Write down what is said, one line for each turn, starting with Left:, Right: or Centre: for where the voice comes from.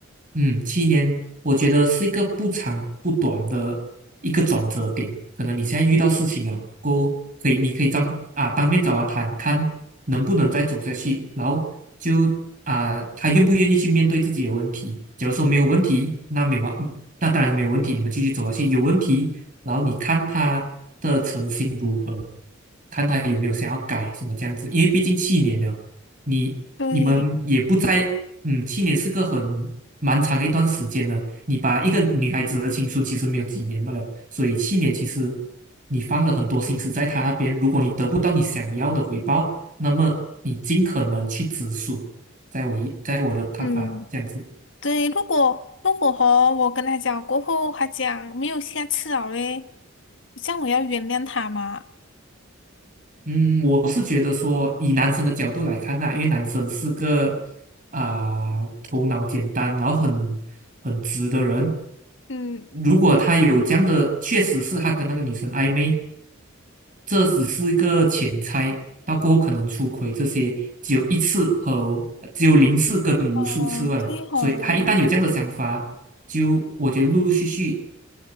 Right: 嗯，七年，我觉得是一个不长不短的一个转折点。可能你现在遇到事情啊，过后可以，你可以当啊当面找他谈，看能不能再走下去，然后就啊他愿不愿意去面对自己的问题。假如说没有问题，那没有嘛，那当然没有问题，你们继续走下去。有问题，然后你看他的诚心如何，看他有没有想要改什么这样子。因为毕竟七年了，你你们也不在。
Left: 对，
Right: 嗯，七年是个很蛮长的一段时间的。你把一个女孩子的青春其实没有几年的了，所以七年其实你放了很多心思在她那边。如果你得不到你想要的回报，那么你尽可能去止损。在我一，在我的看法，
Left: 嗯
Right: 这样子。
Left: 对。如果如果和我跟他讲过后，他讲没有下次了嘞，这样我要原谅他嘛？
Right: 嗯，我是觉得说，以男生的角度来看呐、因为男生是个啊、头脑简单，然后很很直的人，
Left: 嗯，
Right: 如果他有这样的，确实是他跟那个女生暧昧，这只是一个浅猜，到过后可能出轨这些只有一次和只有零次跟无数次罢了。
Left: 哦，对哦，
Right: 所以他一旦有这样的想法，就我觉得陆陆续续